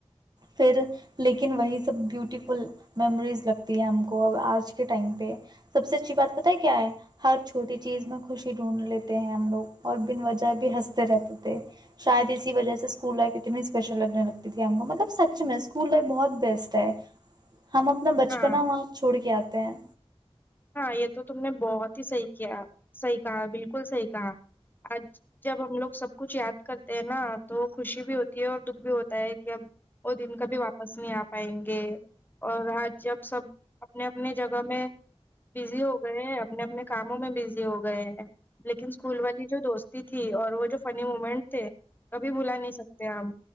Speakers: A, on the right; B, on the left.
A: پھر لیکن وہی سب بیوٹیفل میموریز لگتی ہے ہم کو آج کے ٹائم پہ سب سے اچ اچھی بات پت ہے کیا ہے ہر چھوٹی چیز میں خوشی ڈھونڈ لیتے ہیں ہم لوگ اور بن وجہ بھی ہنستے رہتے تھے شاید اسی وجہ سے اسکول لائف اتنی اسپیشل لگنے لگتی تھی ہم کو مطلب سچ میں اسکول لائف بہت بیسٹ ہے ہم اپنا بچپنا
B: ہاں
A: وہاں چھوڑ کے آتے ہیں
B: ہاں یہ تو تم نے بہت ہی صحیح کیا صحیح کہا بالکل صحیح کہا آج جب ہم لوگ سب کچھ یاد کرتے ہیں نا تو خوشی بھی ہوتی ہے اور دکھ بھی ہوتا ہے کہ اب وہ دن کبھی واپس نہیں آ پائیں گے اور آج جب سب اپنے اپنے جگہ میں بزی ہو گئے ہیں اپنے اپنے کاموں میں بزی ہو گئے ہیں لیکن اسکول والی جو دوستی تھی اور وہ جو فنی مومنٹ تھے کبھی بلا نہیں سکتے ہم